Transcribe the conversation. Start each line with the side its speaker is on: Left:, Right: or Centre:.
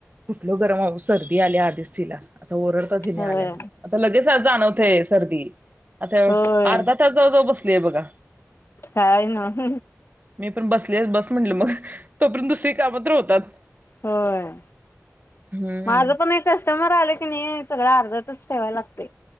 Right: कुठल गरम अहो सर्दी आल्या आधीच तिला आता ओरल त्यांनी
Left: होय
Right: आल्यात आता लगे <unintelligible> होतंय सर्दी आता
Left: होय
Right: अर्ध तास जवळ जवळ बसली बघा
Left: काय नव्ह
Right: मी पण बस ते बस म्हटलं मग तोपर्यंत दुसरी कामं तर होतात
Left: होय
Right: हम्म
Left: माझ पण एक कस्टमर आल सगळ अर्धातच ठेवायला लागतय.